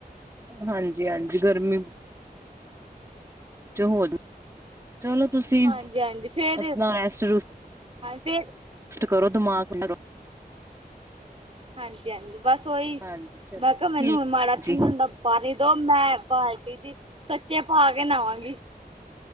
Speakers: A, on the right; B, on the right.
A: ਹਾਂਜੀ- ਹਾਂਜੀ, ਗਰਮੀ ਚੋਂ ਹੋ, ਚਲੋ ਤੁਸੀਂ,
B: ਹਾਂਜੀ ਹਾਂਜੀ ਫੇਰ
A: ਆਪਣਾ ਰੈਸਟ- ਰੂਸਟ
B: ਹਾਂ ਫਿਰ
A: ਰੈਸਟ ਕਰੋ, ਦਮਾਕ ਏਨਾਂ
B: ਹਾਂਜੀ- ਹਾਂਜੀ, ਬਸ ਓਈ,
A: ਹਾਂਜੀ ਚਲੋ
B: ਮੈਂ ਕਿਆ ਮੈਨੂੰ
A: ਠੀਕ
B: ਮਾੜਾ
A: ਭੈਣ ਜੀ
B: ਥੰਅਡ-ਦਾ ਪਾਰੀ ਦੋ ਮੈਂ ਬਾਲਟੀ ਦੀ, ਸੱਚੇ ਪਾ ਕੇ ਨਾਵਾਂਗੀ।